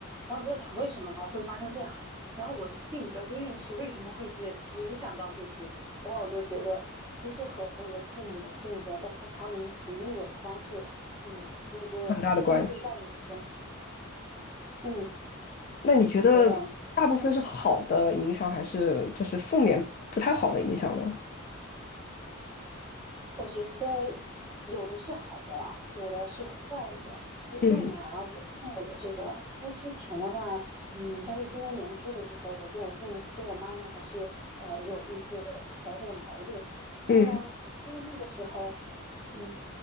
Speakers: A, on the right (about 15°); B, on the left (about 40°).
A: 然后我就在想，为什么会发生这样？然后我的性格究竟是为什么会是影响到这些？然后我就觉得，其实和我的父母的性格，包括他们培育我的方式，嗯，有着千丝万缕的关系。
B: 很大的关系。
A: 嗯，
B: 那你觉得大部分是好的影响，
A: 想想
B: 还是就是负面不太好的影响呢？
A: 我觉得有的是好的，有的是坏的。哎，
B: 嗯
A: 就拿我父母的这个，因为之前的话，嗯，像是今年年初的时候，我跟我父母、跟我妈妈还是呃有一些小小的矛盾。然后呢，
B: 嗯
A: 因为那个时候，嗯，